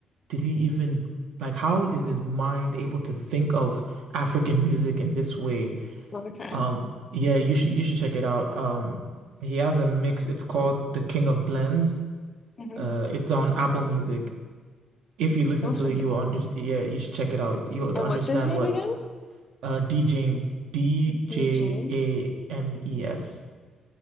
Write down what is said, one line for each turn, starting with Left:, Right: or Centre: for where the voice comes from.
Right: did he even like how is his mind able to think of African music in this way?
Left: Okay.
Right: Um, yeah, you should you should check it out. Um, he has a mix. It's called The King of Blends.
Left: Mm-hmm.
Right: Uh, it's on Apple Music. If you listen
Left: That's
Right: to
Left: okay.
Right: it, you will under Yeah, you should check it out. You would
Left: And
Right: understand
Left: what's his name
Right: what
Left: again?
Right: uh DJing D
Left: DJ.
Right: J A M E S.